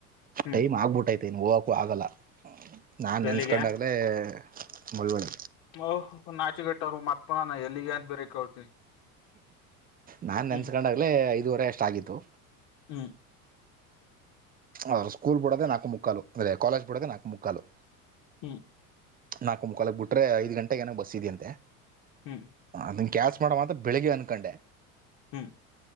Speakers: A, on the left; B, on the right.
A: ಹ್ಮ್
B: ಟೈಮ್ ಆಗ್ಬಿಟ್ಟೈತೆ ಇನ್ನ ಹೋಗಕೂ ಆಗಲ್ಲ. ನಾನ ನೆನೆಸ್ಕೊಂಡಾಗದೇ
A: ಎಲ್ಲಿಗೆ
B: ಮುಳುವಳ್ಳ.
A: ಓಹ ನಾಚುಗಟ್ಟರು ಮತ್ ಪೋನ ಎಲ್ಲಿಗೆ ಅಂತ ಬೇರೆ ಕೇಳ್ತೀನಿ.
B: ನಾನ
A: ಹ್ಮ್
B: ನೆನೆಸ್ಕೊಂಡಾಗಲೇ ಐದುವರೆ ಅಷ್ಟಾಗಿತ್ತು
A: ಹ್ಮ್
B: ಅವರ ಸ್ಕೂಲ್ ಬುಡೋದೆ ನಾಕು ಮುಕ್ಕಾಲು ಅಂದ್ರೆ ಕಾಲೇಜ್ ಬುಡೋದೆ ನಾಕು ಮುಕ್ಕಾಲು
A: ಹ್ಮ್ ಹ್ಮ್
B: ನಾಕು ಮುಕ್ಕಾಲಕ್ ಬಿಟ್ರೆ ಐದ ಗಂಟೆಗ ಏನ ಬಸ್ ಇದಿಯಂತೆ.
A: ಹ್ಞೂ.
B: ಅದನ ಕ್ಯಾಚ್ ಮಾಡಮ ಅಂತ ಬೆಳಿಗ್ಗೆ ಅನ್ಕೊಂಡೆ.
A: ಹ್ಮ್.